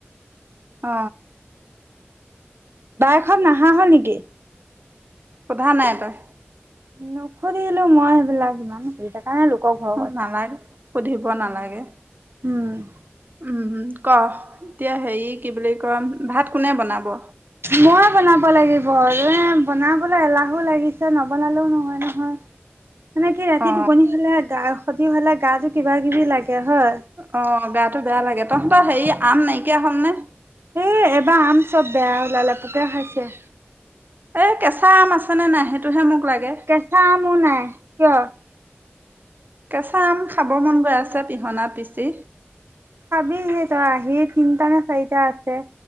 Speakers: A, on the right (about 50°); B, on the right (about 65°).
A: অ,
B: বায়েক হ'ত নাহা হ'ল নেকি?
A: সুধা নাই তই?
B: নুসুধিলো মই, সেইবিলাক ইমান নাই লোকৰ ঘৰৰ
A: অ,
B: কথা।
A: নালাগে, সুধিব নালাগে।
B: উম,
A: উম, উম, ক'হ এতিয়া হেৰি কি বুলি কয়, ভাত কোনে বনাব?
B: মই বনাব লাগিব, এ, বনাবলৈ এলাহো লাগিছে নবনালেও নহয়, নহয়। মানে কি ৰাতি
A: অ
B: টোপনি হ'লে, গা, ক্ষতি হ'লে গাটো কিবা- কিবি লাগে হয়।
A: অ, গাটো বেয়া লাগে, তহঁতৰ হেৰি আম নাইকিয়া হ'ল নে?
B: এই এবাৰ আম চব, বেয়া ওলালে পোকে খাইছে।
A: এই, কেঁচা আম আছেনে নাই, সেইটোহে মোক লাগে।
B: কেচাঁ আমো নাই, কিয়?
A: কেঁচা আম, খাব মন গৈ আছে পিহনাত পিচি।
B: খাবিহি তই আহি, তিনটা নে, চাৰিটা আছে।